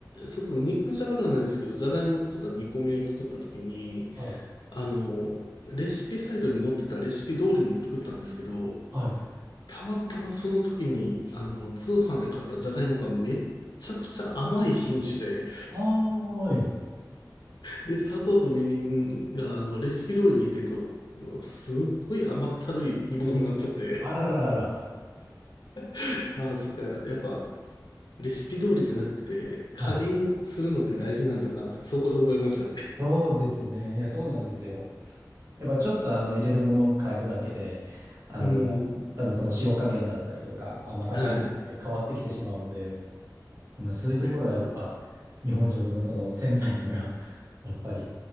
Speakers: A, on the left; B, on the right.
A: それこそ肉じゃがではないんですけど、じゃがいもを使った煮込みを作った時に、
B: はい。
A: あの、レシピサイトに載ってたレシピ通りに作ったんですけど、
B: はい。
A: たまたまその時に、あの、通販で買ったじゃがいもがめっちゃくちゃ甘い品種で、
B: はーい。
A: で、砂糖とみりんが、あの、レシピ通りに入れると、すっごい甘ったるい煮物になっちゃって、
B: あららららら。
A: <laughs> ああ、そうか、ややっぱ、レシピ通りじゃなくて、加減するのって大事なんだなって、
B: はい。
A: そこで覚えましたね。
B: そうですね。いや、そうなんですよ。やっぱちょっとあの入れるものを変えるだけで、あの、
A: うん、
B: 多分その塩加減だったりとか甘さ加減って変わってきてしまうんで、
A: はい。
B: うんそういうところはやっぱ日本食のその繊細さが
A: でも、
B: <laughs> やっぱり